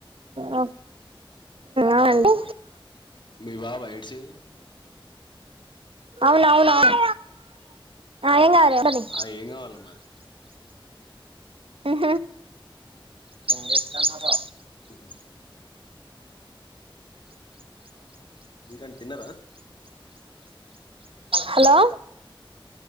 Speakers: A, on the right (about 85°); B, on the left (about 60°).
A: ఉ అవునండి
B: మీ బాబా ఏడ్సేదీ
A: అవునవునువును ఏం కాదు ఏమని
B: ఆ ఏం కావాలి మరి
A: ఏం చేస్తన్నారో
B: ఆహా ఇంకా తిన్నారా
A: హలో